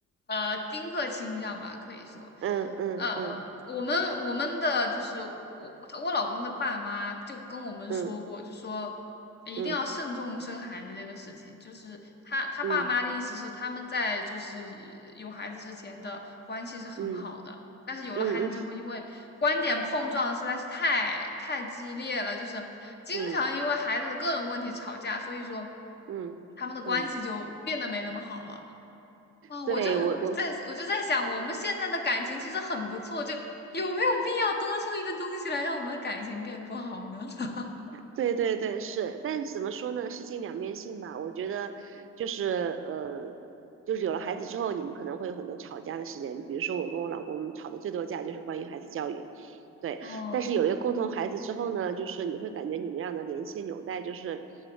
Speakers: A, on the left; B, on the right.
A: 呃丁克倾向吧，可以说，
B: 嗯嗯嗯
A: 呃，我们我们的就是我我老公的爸妈就跟我们说过，
B: 嗯
A: 就说一定要慎重生孩子这个事情，
B: 嗯
A: 就是他他爸妈的意思是他们在就是有孩子之前的关系是很好的。
B: 嗯嗯
A: 但是有了孩子之后，
B: 嗯
A: 因为观点碰撞实在是太太激烈了，就是经常因为孩子的各种问题吵架，
B: 嗯嗯
A: 所以说
B: 嗯嗯，
A: 他们的关系就变得没那么好了。啊，
B: 对我我
A: 我就在我就在想，我们现在的感情其实很不错，就有没有必要多出一个东西来让我们的感情变不好呢？<laughs>
B: 对对对，是，但怎么说呢？事情两面性吧。我觉得就是呃，就是有了孩子之后，你们可能会有很多吵架的时间。比如说，我跟我老公吵的最多架就是关于孩子教育，对。
A: 哦，
B: 但是有一个共同孩子之后呢，就是你会感觉你们俩的联系纽带就是